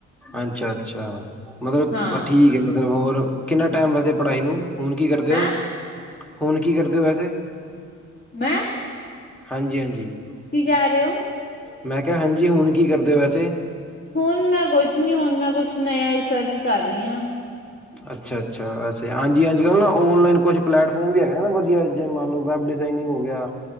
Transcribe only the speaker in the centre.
ਅੱਛਾ-ਅੱਛਾ ਮਤਲਬ
ਠੀਕ ਏ ਮਤਲਬ ਹੋਰ ਕਿੰਨਾ ਟਾਈਮ ਵੈਸੇ ਪੜ੍ਹਾਈ ਨੂੰ ਹੁਣ ਕੀ ਕਰਦੇ
ਓ ਹੁਣ ਕੀ ਕਰਦੇ ਓ ਵੈਸੇ
ਹਾਂਜੀ-ਹਾਂਜੀ।
ਮੈਂ ਕਿਹਾ ਹਾਂਜੀ, ਹੁਣ ਕੀ ਕਰਦੇ ਔ। ਵੈਸੇ
ਅੱਛਾ-ਅੱਛਾ। ਵੈਸੇ ਹਾਂਜੀ-ਹਾਂਜੀ ਅੱਜ-ਕੱਲ੍ਹ ਨਾ ਔਨਲਾਈਨ ਕੁੱਛ ਪਲੈਟਫੋਮ ਵੀ ਹੈਗੇ ਨੇ ਨਾ ਵਧੀਆ ਜੇ ਮੰਨ ਲਓ ਵੈਬ ਡਿਜ਼ਾਇਨਿੰਗ ਹੋ ਗਿਆ।